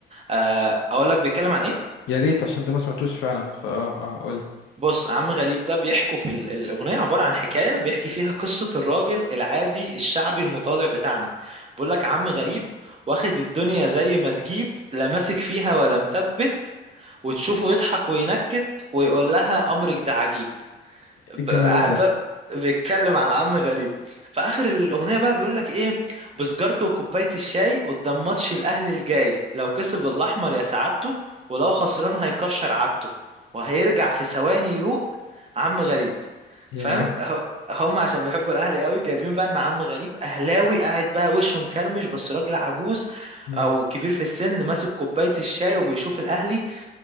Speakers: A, on the right; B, on the left.
A: آه، اقول لك بيتكلم عن ايه
B: يا ريت عشان ده ما سمعتوش فعلا فاه اه قول إيه
A: بص عم غريب ده بيحكوا في ال- الاغنيه عباره عن حكايه بيحكي فيها قصه الراجل العادي الشعبي المتواضع بتاعنا بيقول لك عم غريب واخد الدنيا زي ما تجيب لا ماسك فيها ولا مثبت وتشوفه يضحك وينكت ويقول لها امرك ده عجيب ب-
B: الجمدان
A: قاعد
B: ده
A: بقى بيتكلم على عم غريب في اخر الاغنيه بقى بيقول لك ايه بسجارته وكوبايه الشاي قدام ماتش الاهلي الجاي لو كسب الاحمر يا سعادته ولو خسران هيكشر عادته وهيرجع في ثواني يروق عم غريب
B: ياه
A: فاهم ه- هم عشان بيحبوا الاهلي قوي جايبين بقى ان عم غريب اهلاوي قاعد بقى وشه مكرمش بس راجل عجوز
B: مم.
A: او كبير في السن ماسك كوبايه الشاي وبيشوف الاهلي